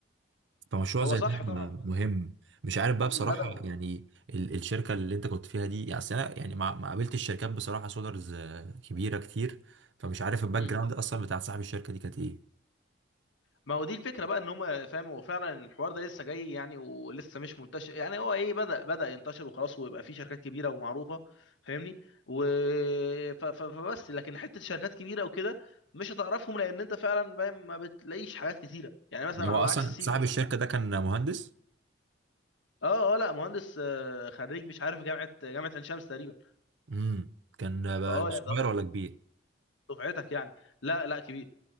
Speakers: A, on the right; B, on the left.
A: فمشروع
B: هو
A: زي
B: صح
A: ده
B: طبعا بدأ
A: مهم مش عارف بقى بصراحة
B: بدأوا
A: يعني ال... الشركة اللي انت كنت فيها دي يعني أصل انا يعني ما ما قابلتش شركات بصراحة سولارز آه، كبيرة كتير فمش عارف الباك
B: مم.
A: جراوند اصلا بتاع صاحب الشركة دي كانت ايه
B: ما هو دي الفكره بقى ان هم فاهم هو فعلا الحوار ده لسه جاي يعني ولسه مش منتشر يعني هو ايه بدا بدا ينتشر وخلاص ويبقى فيه شركات كبيره ومعروفه فاهمني و ف- ف- فبس لكن حته شركات كبيره وكده مش هتعرفهم لان انت فعلا فاهم ما بتلاقيش حاجات كتيره يعني مثلا
A: هو
B: على
A: اصلا
B: عكس سيمنز
A: صاحب الشركة
B: على عكس-
A: ده كان مهندس
B: اه اه لا مهندس آه، خريج مش عارف جامعه جامعه عين شمس تقريبا
A: امم كان آه،
B: فاه يعني
A: صغير
B: ده هو
A: ولا كبير
B: دفعتك يعني لا لا كبير